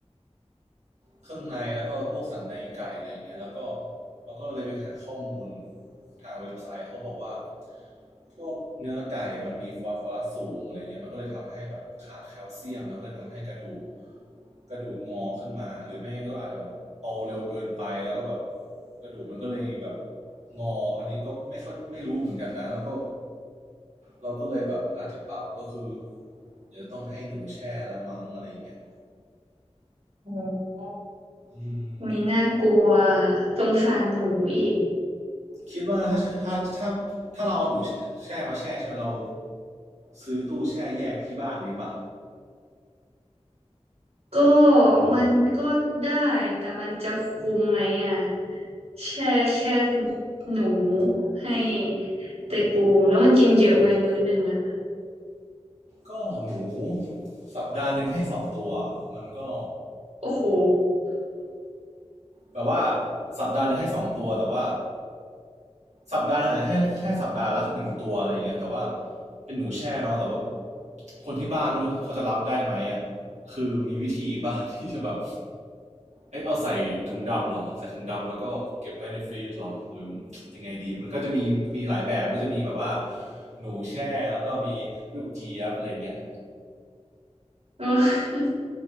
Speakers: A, on the right; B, on the right.
A: เครื่องในแล้วก็พวกสันในไก่อะไรอย่างเงี้ยแล้วก็เราก็เลยไปหาข้อมูลทางเว็บไซต์เขาก็บอกว่าพวกเนื้อไก่อะมันมีฟอสฟอรัสสูงอะไรเงี้ยมันก็เลยทำให้แบบขาดแคลเซียมแล้วก็เลยทำให้กระดูกกระดูกงอขึ้นมาหรือไม่งั้นก็อาจจะแบบโตเร็วเกินไปแล้วก็แบบกระดูกมันก็เลยแบบงออันนี้ก็ไม่เข้าไม่รู้เหมือนกันนะแล้วก็เราก็เลยแบบอาจจะปรับก็คือเดี๋ยวต้องให้หนูแช่ละมั้งอะไรเงี้ย
B: อ๋อ
A: อืม
B: อุ้ยน่ากลัวสงสารหนูอีก
A: คิดว่าถ้าถ้าถ้าถ้าเราเอาหนูแช่มาแช่ใช่ไหมเราซื้อตู้แช่แยกที่บ้านดีปะ
B: ก็มันก็ได้แต่มันจะคุ้มไหมอ่ะแช่แค่หนูให้เตกูแล้วมันกินเยอะไหมมื้อหนึ่งอ่ะ
A: ก็หนูสัปดาห์หนึ่งให้สองตัวมันก็
B: โอ้โห
A: แบบว่าสัปดาห์หนึ่งให้สองตัวแต่ว่า สัปดาห์อาจจะให้แค่สัปดาห์ละหนึ่งตัวอะไรอย่างเงี้ยแต่ว่าเป็นหนูแช่เนาะแต่ว่าคนที่บ้านไม่รู้เขาจะรับได้ไหมอ่ะคือมีวิธีป่ะ <laughs> ที่จะแบบเอ้ยเอาใส่ถุงดำเหรอใส่ถุงดำแล้วก็เก็บไว้ในฟรีซเหรอหรือยังไงดีมันก็จะมีมีหลายแบบมันก็จะมีแบบว่าหนูแช่แล้วก็มีลูกเจี๊ยบอะไรอย่างเงี้ย
B: <laughs>